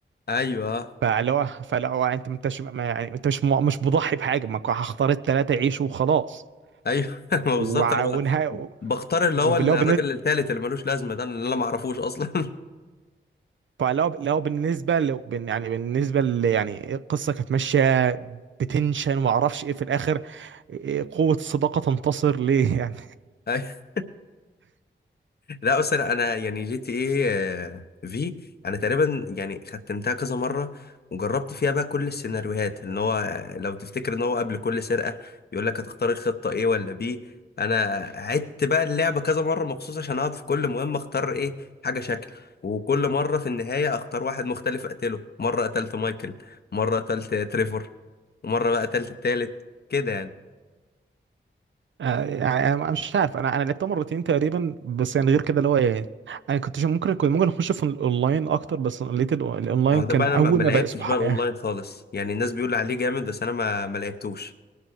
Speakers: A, on the left; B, on the right.
A: ايوه
B: فاللي هو فلا هو انت ما انتش ما- يعني انت مش م- مش مضحي بحاجه ما كو- هختار التلاته يعيشوا وخلاص
A: ايوه <laughs> ما
B: وع-
A: بالظبط انا
B: ونهايه
A: بختار اللي
B: واللي
A: هو الراجل
B: هو
A: التالت اللي ملوش لازمه ده اللي انا ما اعرفوش اصلا
B: فلو لو بالنسبه لو بن- يعني بالنسبه ل يعني القصه كانت ماشيه بتنشن وما اعرفش ايه في الاخر إيه قوه الصداقه تنتصر ليه <laughs> يعني
A: <laughs> لا اصل انا أنا يعني جي تي ايه في انا تقريبا يعني ختمتها كذا مره وجربت فيها بقى كل السيناريوهات ان هو آه، لو تفتكر ان هو قبل كل سرقه يقول لك هتختار الخطه ايه ولا بي انا عدت بقى اللعبه كذا مره مخصوص عشان اقعد في كل مهمه اختار ايه حاجه شكل وكل مره في النهايه اختار واحد مختلف اقتله مره قتلت مايكل مره قتلت تريفور ومره بقى قتلت التالت كده يعني
B: آه، يعني انا مش عارف انا انا لعبتها مرتين تقريبا بس يعني غير كده اللي هو إيه، انا كنت ممكن كنت ممكن اخش في الاونلاين اكتر بس لقيت ال- الاونلاين
A: اهو
B: كان
A: ده بقى انا
B: اول
A: ما ما لعبتش
B: ما بدا سبحان
A: بقى الاونلاين خالص يعني الناس بيقول عليه جامد بس انا ما ما لعبتوش